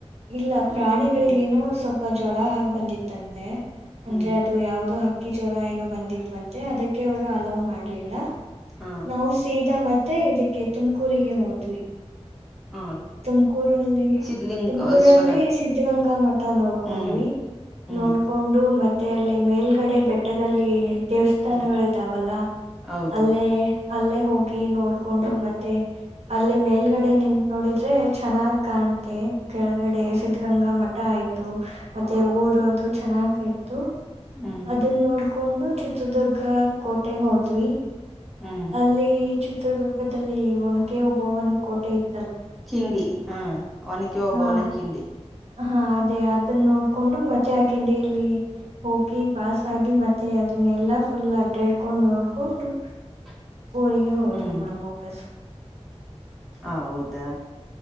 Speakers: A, on the right; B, in the centre.
A: ಇಲ್ಲ ಪ್ರಾಣಿಗಳಿಗೇನು
B: ಹ್ಮ್
A: ಸ್ವ ಸ್ ಜ್ವಳ ಹಾ ಬಂದಿತ್ತಂತೆ ಅಂದ್ರೆ
B: ಹ್ಮ್
A: ಅದು ಯಾವವುದೋ ಹ ಅಕ್ಕಿ ಜ್ವರ ಏನೋ ಬಂದಿದ್ವಂತೆ ಅದಕ್ಕೆ ಅವರು ಅಲವ್ ಮಾಡ್ಲಿಲ್ಲ
B: ಹ
A: ನಾವು ಸೀದಾ ಮ ಮತ್ತೆ ಇದಕ್ಕೆ ತುಮಕೂರಿಗೆ ಹೋದ್ವಿ
B: ಹ
A: ತುಮಕೂರಲ್ಲಿ
B: ಸಿದ್ಲಿಂಗೇಶ್ವರ
A: ತುಮಕೂರಲ್ಲಿ ಸಿದ್ಧಗಂಗಾ ಮಠ ನೋಡ್ಕೊಂಡ್ವಿ
B: ಹ್ಮ್ ಹ್ಮ್
A: ನೋಡ್ಕೊಂಡು ಮತ್ತೆ ಮತ್ತೆ ಅಲ್ಲಿ ಮೇಲ್ಗಡೆ ಬೆಟ್ಟದಲ್ಲಿ ದೇವಸ್ಥಾನಗಳ
B: ಹ್ಮ್
A: ಇದಾವಲ್ಲ
B: ಹೌದು
A: ಅಲ್ಲೇ ಅಲ್ಲೇ ಹೋಗಿ ನೋಡ್ಕೊಂಡ್ರು ಮತ್ತೆ ಅಲ್ಲ ಮೇಲ್ಗಡೆ ನಿಂತ ನೋಡಿದ್ರೆ ಚೆನ್ನಾಗ್ ಕಾಣ ಮ ಕೆಳಗಡೆ ಸಿದ್ಧಗಂಗಾ ಮಠ ಆಯ್ತು ಮತ್ತೆ ಊರದು ಚೆನ್ನಾಗಿ ಇತ್ತು
B: ಹ್ಮ್
A: ಅದನ್ನ ನೋಡ್ಕೊಂಡು ಚಿತ್ರದುರ್ಗ ಕೋಟೆಗೆ ಹೋದ್ವಿ
B: ಹ್ಮ್
A: ಅಲ್ಲಿ ಚಿತ್ರದುರ್ಗದಲ್ಲಿ ಒಣಕೆ ಹಬವನ್ ಕೋಟೆ ಇತ್ತು
B: ಕಿಂಡಿ <unintelligible> ಹ್ಮ್ ಒನಕ್ಕೆ ಹಬೋನ
A: ಹಾ
B: ಕಿಂಡಿ.
A: ಹಾ ಅದೇ ಅದನ್ನ ನೋಡ್ಕೊಂಡು ಮತ್ತೆ ಆ ಕಿಂಡಿಯಲ್ಲಿ ಹೋಗಿ ಪಾಸ್ ಆಗಿ ಮತ್ತೆ <unintelligible> ಅದನ್ನೆಲ್ಲಾ ಫುಲ್ ಅಡ್ಡಇಡ್ಕೊಂಡು ನೋಡ್ಕೊಂಡು
B: <inaudible>
A: <unintelligible> ಹೋದ್ವಿ
B: ಹ್ಮ್
A: ಮೇಡಮ್ ವಾಪಸ್
B: ಹೌದಾ